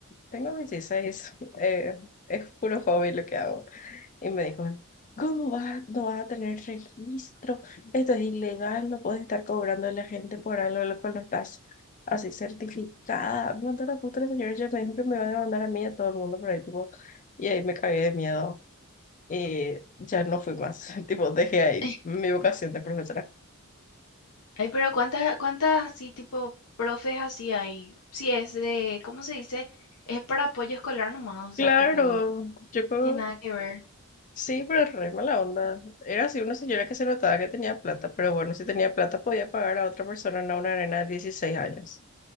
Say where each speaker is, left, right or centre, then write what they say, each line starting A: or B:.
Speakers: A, on the left; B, on the left.
A: tengo 16, <laughs> eh, es puro hobby lo que hago. Y me dijo, ¿cómo vas? No vas a tener registro, esto es ilegal, no puedes estar cobrando a la gente por algo de lo cual no estás así certificada. Me mandó la puta la señora y me dijo que me iba a demandar a mí y a todo el mundo por ahí, tipo, y ahí me cagué de miedo. Y ya no fui más, <laughs> tipo, dejé ahí
B: <laughs>
A: mi vocación de profesora.
B: Ay, pero cuántas, cuántas así tipo profes así hay. Si es de, ¿cómo se dice? Es para apoyo escolar nomás, o sea,
A: Claro,
B: que pico,
A: yo creo-
B: que nada que ver.
A: sí, pero es re mala onda. Era así una señora que se notaba que tenía plata, pero bueno, si tenía plata podía pagar a otra persona, no a una arena de 16 años.